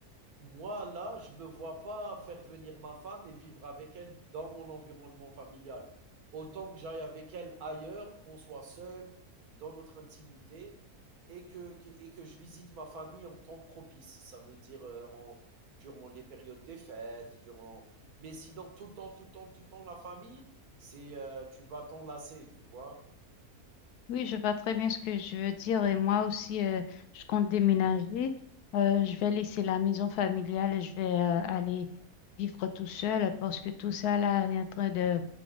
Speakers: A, on the right; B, on the left.
A: moi, là, je ne me vois pas faire venir ma femme et vivre avec elle dans mon environnement familial. Autant que j'aille avec elle ailleurs, qu'on soit seul, dans notre intimité, et que, que- et que je visite ma famille en temps propice. Ça veut dire euh, en, durant les périodes des fêtes, durant... Mais sinon, tout le temps, tout le temps, tout le temps, la famille, c'est euh, tu vas t'en lasser, tu vois?
B: Oui, je vois très bien ce que je veux dire et moi aussi, euh, je compte déménager. Euh, je vais laisser la maison familiale et je vais euh, aller vivre tout seul parce que tout ça là est en train de